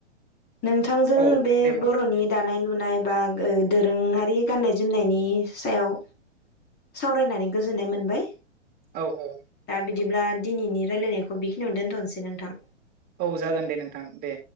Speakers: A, on the left; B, on the right.
A: नोंथांजों
B: औ
A: बे
B: दे बुं
A: बर'नि दानाय लुनाय बा दोरोङारि गाननाय जोमनायनि सायाव सावरायनानै गोजोननाय मोनबाय
B: औ औ
A: दा बिदिब्ला दिनैनि रायलायनायखौ बेखिनियावनो दोन्थ'नोसै नोंथां
B: औ जागोन दे नोंथां दे